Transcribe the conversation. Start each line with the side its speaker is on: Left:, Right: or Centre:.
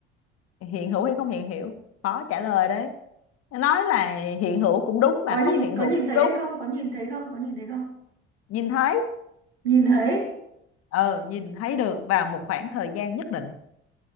Left: hiện hữu hay không hiện hữu khó trả lời đấy nói là hiện hữu cũng đúng
Right: có
Left: mà không
Right: nhìn
Left: hiện
Right: có
Left: hữu
Right: nhìn
Left: cũng
Right: thấy
Left: đúng
Right: hay không có nhìn thấy không có nhìn thấy không
Left: nhìn thấy
Right: nhìn thấy
Left: ờ nhìn thấy được vào một khoảng thời gian nhất định